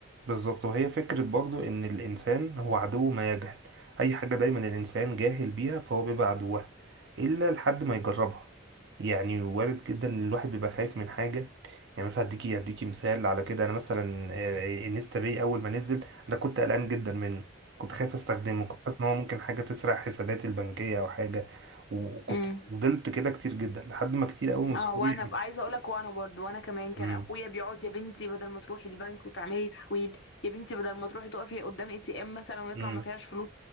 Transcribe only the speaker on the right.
بالظبط وهي فكرة برضو إن الإنسان هو عدو ما يجهل أي حاجة دايما الإنسان جاهل بيها فهو بيبقى عدوها إلا لحد ما يجربها يعني وارد جدا إن الواحد بيبقى خايف من حاجة يعني مثلا أديكي أديكي مثال على كده أنا مثلا آه، انستا باي أول ما نزل أنا كنت قلقان جدا منه كنت خايف أستخدمه كنت حاسس إن هو ممكن حاجة تسرق حساباتي البنكية أو حاجة وكنت
فضلت كده كتير جدا لحد ما كتير أوي من
صحابي
مم.
مم.